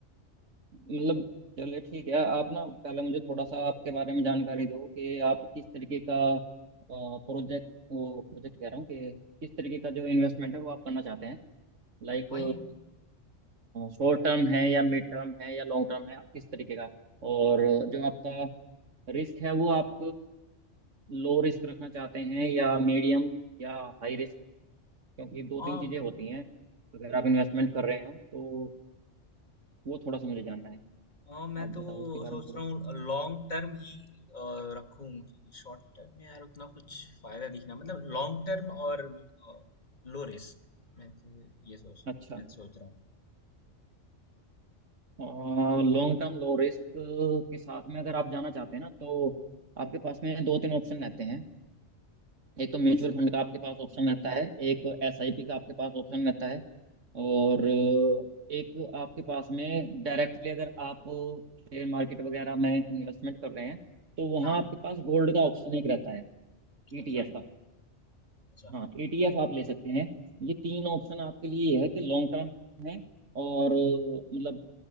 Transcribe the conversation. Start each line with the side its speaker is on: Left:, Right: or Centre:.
Right: मतलब चलिए ठीक है आप ना पहले मुझे थोड़ा सा आपके बारे में जानकारी दो कि आप किस तरीके का प्रोजेक्ट वो प्रोजेक्ट कह रहा हूँ कि किस तरीके का जो इन्वेस्टमेंट है वो आप करना चाहते हैं लाइक
Left: वही
Right: शॉर्ट टर्म है या मिड टर्म है या लॉन्ग टर्म है आप किस तरीके का और जो आपका रिस्क है वो आप लो रिस्क रखना चाहते हैं या मीडियम या हाई रिस्क क्योंकि दो तीन
Left: आम,
Right: चीज़ें होती हैं अगर आप इन्वेस्टमेंट कर रहे हो तो वो थोड़ा सा मुझे जानना है
Left: आम, मैं
Right: आप
Left: तो
Right: बताओ उसके बारे
Left: सोच
Right: में थोड़ा
Left: रहा हूँ लॉन्ग टर्म ही अ, रखूं क्योंकि शॉर्ट टर्म में यार उतना कुछ फायदा दिखना मतलब लॉन्ग टर्म और लो रिस्क मैं तो ये सोच
Right: अच्छा
Left: मैं तो सोच रहा हूँ
Right: लॉन्ग टर्म लो रिस्क के साथ में अगर आप जाना चाहते हैं ना तो आपके पास में दो तीन ऑप्शन रहते हैं एक तो म्यूचुअल
Left: जैसे
Right: फंड का आपके पास ऑप्शन रहता है एक एसआईपी का आपके पास ऑप्शन रहता है और अ, एक आपके पास में डायरेक्टली अगर आप शेयर मार्केट वगैरह में इन्वेस्टमेंट कर रहे हैं तो वहाँ
Left: हाँ
Right: आपके पास गोल्ड का ऑप्शन एक रहता है
Left: अच्छा
Right: ईटीएफ का
Left: अच्छा
Right: हाँ ईटीएफ आप ले सकते हैं ये तीन ऑप्शन आपके लिए ये है कि लॉन्ग टर्म है और अ, मतलब